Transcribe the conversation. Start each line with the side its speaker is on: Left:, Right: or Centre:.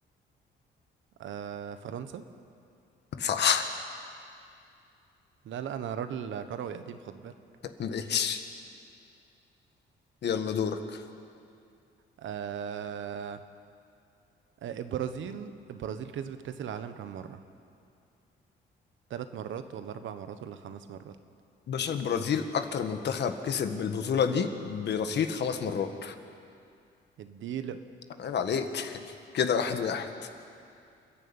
Right: آه فرنسا
Left: صح
Right: لا لا انا راجل كروي قديم خد بالك
Left: <laughs> ماشي يلا دورك
Right: آه آه، البرازيل البرازيل كسبت كاس العالم كام مره ثلاث مرات ولا اربع مرات ولا خمس مرات
Left: باشا البرازيل اكتر منتخب كسب بالبطوله دي برصيد خمس مرات
Right: اديله
Left: عيب عليك <laughs> كده واحد واحد